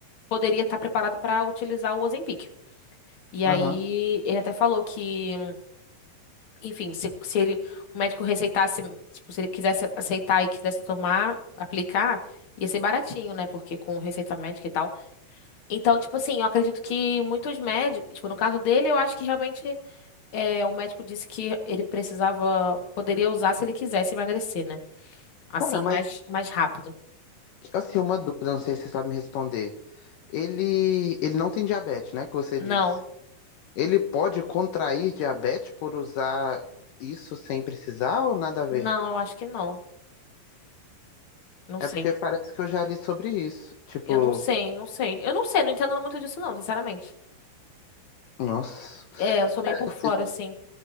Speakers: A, on the left; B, on the left.
A: poderia estar preparado pra utilizar o Ozempic. E
B: aham.
A: aí ele até falou que, enfim, se, se ele, o médico receitasse, tipo, se ele quisesse aceitar e quisesse tomar, aplicar, ia ser baratinho, né? Porque com receita médica e tal. Então, tipo assim, eu acredito que muitos médicos, tipo, no caso dele, eu acho que realmente é, o médico disse que ele precisava, poderia usar se ele quisesse emagrecer, né? Assim,
B: Cara, mas,
A: mais, mais rápido.
B: assim, uma dúvida, não sei se você sabe me responder. Ele, ele não tem diabetes, né, que você
A: Não,
B: disse. Ele pode contrair diabetes por usar isso sem precisar ou nada a ver?
A: não, eu acho que não. Não
B: É
A: sei.
B: porque parece que eu já li sobre isso. Tipo,
A: Eu não sei, não sei. Eu não sei, não entendo muito disso, não, sinceramente.
B: nossa.
A: É, eu sou meio por fora,
B: Se,
A: assim.